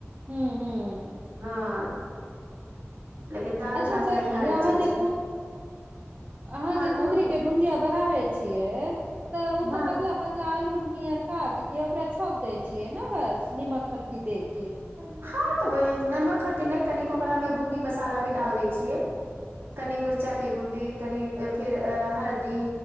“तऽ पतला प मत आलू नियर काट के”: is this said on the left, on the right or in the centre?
Right